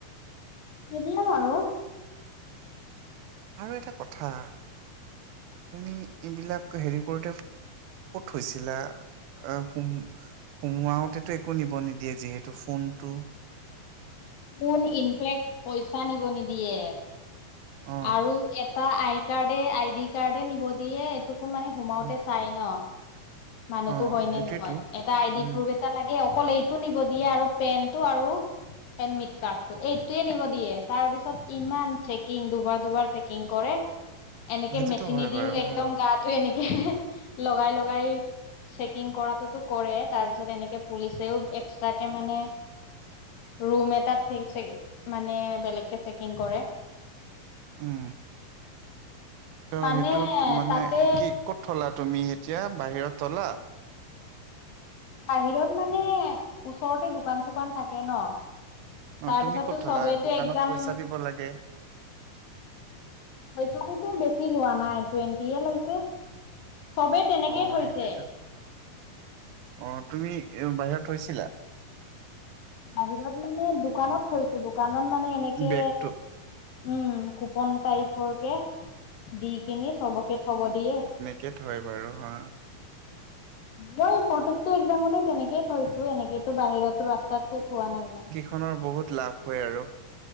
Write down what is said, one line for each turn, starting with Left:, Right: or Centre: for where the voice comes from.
Left: মেদিয়াম আৰু
Right: আৰু এটা কথা তুমি এইবিলাক হেৰি কৰোতে ক'ত হৈছিলা আহ হোম সোমোৱাওঁ তেতো একো নিব নিদিয়ে যিহেতু ফোনটো
Left: কোন ইনফেক্ট পইচা নিব নিদিয়ে
Right: অ
Left: আৰু তাৰ আই কাৰ্ডে আই ডি কাৰ্ডে নিব দিয়ে এইটোকো মানে সোমাওতে
Right: অ
Left: চাই ন মানুহতো
Right: অ
Left: হয়
Right: সেইটোৱেতো
Left: নে নহয় এটা আই
Right: উম
Left: ডি প্ৰুফে এটা লাগে অকল এইটো নিব দিয়ে আৰু পেনটো আৰু এডমিট কাৰ্ডটো এইটোয়ে নিব দিয়ে তাৰ পিছত ইমান চেকিং দুবাৰ দুবাৰ চেকিং কৰে। এনেকে
Right: সেইটোতো
Left: মেচিনেদিও
Right: হয় বাৰু
Left: একদম
Right: অ
Left: গাটো এনেকে লগাই লগাই চেকিং কৰাটোতো কৰে তাৰ পিছত এনেকে পুলিচেও এক্সট্ৰাকে মানে। ৰুম এটাত মানে বেলেগকে চেকিং কৰে।
Right: উম চ
Left: মানে
Right: সেইটোত মানে
Left: তাতে
Right: কি কত থলা তুমি এতিয়া বাহিৰত থলা
Left: বাহিৰত মানে ওচৰতে দোকান চোকান থাকে ন
Right: অ
Left: তাৰপিছটো
Right: তুমি ক'ত থলা
Left: চবেইতো
Right: দোকানত
Left: একজাম
Right: পইচা দিব লাগে
Left: পইচাটোতো বেছি লোৱা নাই টুৱেণ্টি হে লৈছে। চবেই তেনেকেই
Right: অ
Left: থৈছে
Right: সেইটোতো অ তুমি বাহিৰত থৈছিলা।
Left: বাহিৰত মানে দোকানত থৈছো দোকানত মানে এনেকে
Right: বেগটো
Left: উম কুপন টাইপৰকে দি কিনি চবকে থব দিয়ে।
Right: কেত হয় বাৰু হা
Left: মই প্ৰত্যেকটো একজামতে তেনেকেই থৈছো এনেকো বাহিৰতো ৰাস্তাতো থোৱা নাই মই।
Right: নৰ বহুত লাভ হয় আৰু